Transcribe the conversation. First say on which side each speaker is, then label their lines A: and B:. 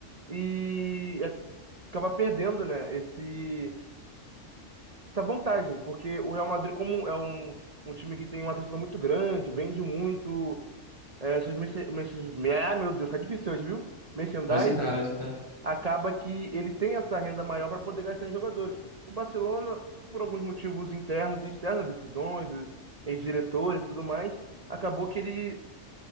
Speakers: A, on the right (about 40°); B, on the left (about 20°).
A: e é- acaba perdendo, né, esse, essa vantagem, porque o Real Madrid, como é um, um time que tem uma torcida muito grande, vende muito, é, essas merce- merce- ah, meu Deus, tá difícil hoje, viu? Merchandising,
B: Hoje tá, hoje tá.
A: acaba que eles têm essa renda maior para poder gastar em jogadores. O Barcelona, por alguns motivos internos e externos, decisões, dos ex-diretores e tudo mais, acabou que ele